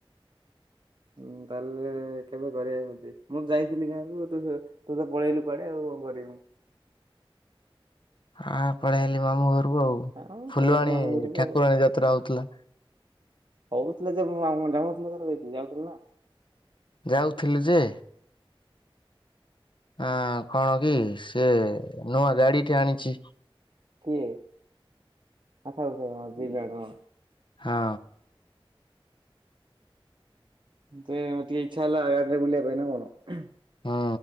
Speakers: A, on the right; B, on the left.
A: ହୁଁ ତାହେଲେ କେବେ କରିବା ଭୋଜି ମୁଁ ଯାଇଥିଲି ଗାଁକୁ ତୁ ସ ତୁ ତ ପଳେଇଲୁ କୁଆଡେ ଆଉ କଂ କରିମି ମୁଁ।
B: ହଁ ପଳେଇ ଆଇଲି ମାମୁଁ ଘରକୁ ଆଉ
A: ହଁ
B: ଫୁଲବାଣୀ
A: ପଳେଇଲି ମାମୁଁ ଘରକୁ
B: ଠାକୁରାଣୀ
A: ଆଉ
B: ଯାତ୍ରା ହଉଥିଲା।
A: ହଉଥିଲା ଯେ <unintelligible> ଯାଉନଥିଲ ତର ଦେଇକି ଯାଉଥିଲୁ ନା।
B: ଯାଉଥିଲୁ ଯେ ଆଁ କଣ କି ସେଏ ନୂଆ ଗାଡି ଟେ ଆଣିଛି।
A: କିଏ ଆ ଥାଉଥାଉ ହଁ ଦିଜଣ।
B: ହଁ।
A: ସେ ମ ଟିକେ ଇଚ୍ଛା ହେଲା ଗାଡ଼ିରେ ବୁଲିବା ପାଇଁ ନା କଣ।
B: ହୁଁ